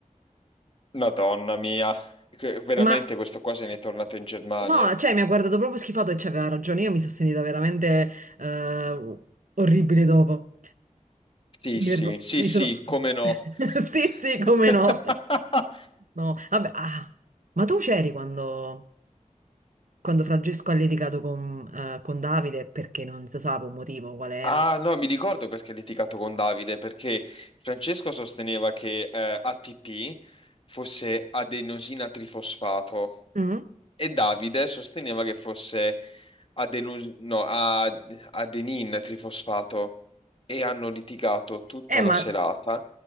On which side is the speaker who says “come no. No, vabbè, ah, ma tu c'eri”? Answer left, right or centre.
Right